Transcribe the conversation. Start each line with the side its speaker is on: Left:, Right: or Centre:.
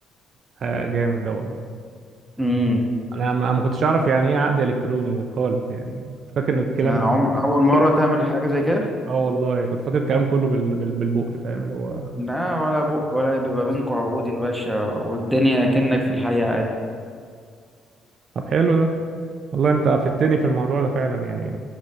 Right: ح- جامد ده والله
Centre: امم
Right: انا ما أنا ما كنتش اعرف يعني ايه عقد الكتروني خالص يعني كنت فاكر ان الكلام
Centre: عمر
Right: كله
Centre: اول مرة
Right: كله كده
Centre: تعمل
Right: بالبق
Centre: حاجة زي كده
Right: اه والله كنت فاكر الكلام كله بال... بال... بالبق فاهم اللي هو
Centre: لا ولا بق ولا بيبقى بينكم عقود يا باشا والدنيا كأنك في الحقيقة عادي
Right: طب حلو ده والله انت افدتني في الموضوع ده فعلا يعني